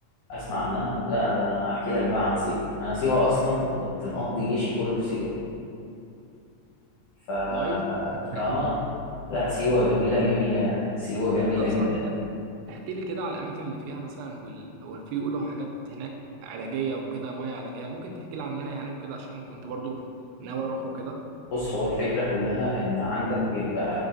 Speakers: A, on the left; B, on the right.
A: اسمع عنها لا ده انا احكي لك بقى عن سيوه انا سيوه اصلا كنت مقضي جيشي كله في سيوه ف
B: والله <laughs>
A: اه لا سيوه جميله جميله يعني سيوه جميله
B: طب
A: جدا
B: صحيح احكي لي كده على الاماكن اللي فيها مثلا وال... وفي يقولوا حاجات هناك علاجيه وكده ميه علاجيه ممكن تحكي لي عنها يعني وكده عشان كنت برضو ناوي اروح وكده
A: بص هو الفكره كلها ان عندك بيبقى